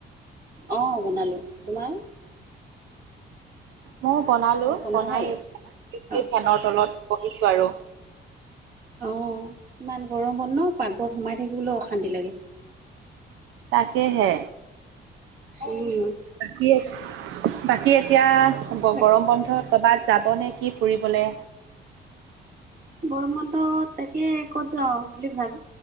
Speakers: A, on the right; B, on the right.
A: অঁ বনালোঁ তোমাৰ
B: মৌ বনালোঁ
A: তোমাৰ বনোৱা
B: বনাই
A: হ'ল
B: এই
A: অ
B: ফেনৰ তলত বহিছোঁ আৰু
A: অ ইমান গৰমত ন পাকঘৰত সোমাই থাকিবলও অশান্তি লাগে
B: তাকেহে
A: উম
B: বাকী এত বাকী এতিয়া গ
A: বাকী
B: গৰম বন্ধত ক'বাত যাব নে কি ফুৰিবলে?
A: গৰম বন্ধত তাকে ক'ত যাওঁ বুলি ভাব